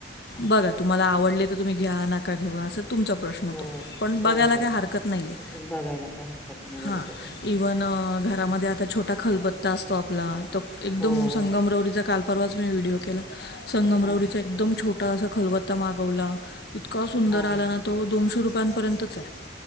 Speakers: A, in the centre; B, on the left.
A: ह <inaudible>
B: बघा तुम्हाला आवडले तर तुम्ही घ्या, नाका घेवा असं तुमचा प्रश्न
A: हो
B: तो. पण बघायला
A: हो हो
B: काही हरकत नाही आहे.
A: बघायला काय हरकत नाही बरोबर
B: हा.
A: आहे
B: पण घरामध्ये आता छोटा खलबत्ता असतो आपला, तो एकदम
A: हो
B: संगमरवरीचा काल परवाच मी व्हिडिओ केला. संगमरवरीचा
A: हा
B: एकदम छोटा असा खलबत्ता मागवला, इतका सुंदर
A: हा
B: आला ना. तो दोनशे रुपयांपर्यंतच आहे.